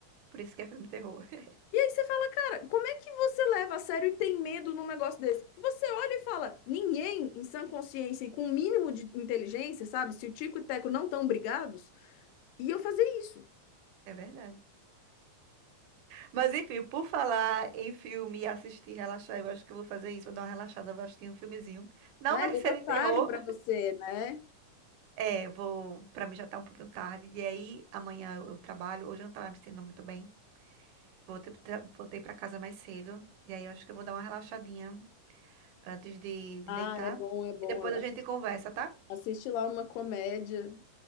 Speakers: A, on the right; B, on the left.
A: Por isso que é filme de terror. <laughs>
B: E aí você fala, cara, como é que você leva a sério e tem medo num negócio desse? Você olha e fala, ninguém em sã consciência e com o mínimo de inteligência, sabe? Se o Tico e o Teco não estão brigados, ia fazer isso.
A: É verdade. Mas enfim, por falar em filme e assistir, relaxar, eu acho que eu vou fazer isso. Vou dar uma relaxada, vou assistir um filmezinho. Não
B: Ah,
A: vai
B: ele
A: ser
B: tá
A: de
B: tarde
A: terror.
B: para você, né?
A: É, vou. Pra mim já tá um pouquinho tarde. E aí, amanhã eu, eu trabalho. Hoje eu não tava me sentindo muito bem. Voltei, pro tra- voltei pra casa mais cedo. E aí, eu acho que eu vou dar uma relaxadinha antes de, de
B: Ah,
A: deitar.
B: é bom, é bom.
A: E depois a
B: Assiste,
A: gente conversa, tá?
B: assiste lá uma comédia.